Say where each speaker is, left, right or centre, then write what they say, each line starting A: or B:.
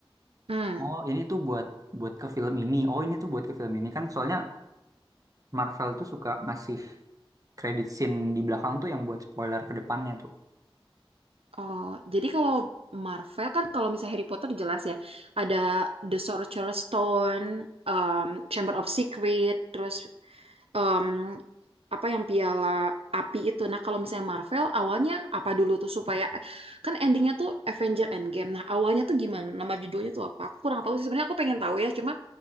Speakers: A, on the right; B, on the right.
A: Hmm.
B: Oh ini tuh buat buat ke film ini. Oh ini tuh buat ke film ini kan. Soalnya Marvel tuh suka ngasih credit scene di belakang tuh yang buat spoiler ke depannya tuh.
A: Oh, jadi kalau Marvel kan kalau misalnya Harry Potter jelas ya, ada The Sorcerer's Stone, um, Chamber of Secret, terus um, apa yang piala api itu. Nah, kalau misalnya Marvel awalnya apa dulu tuh supaya kan endingnya tuh Avenger Endgame. Nah, awalnya tuh gimana? Nama judulnya tuh apa? Aku kurang tahu sih. Sebenarnya aku pengen tahu ya, cuma